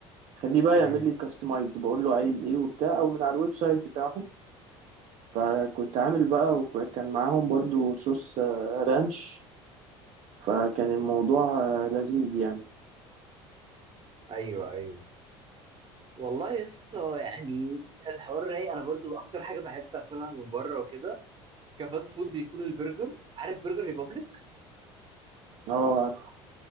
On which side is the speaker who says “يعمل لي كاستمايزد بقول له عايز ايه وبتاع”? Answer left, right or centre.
Right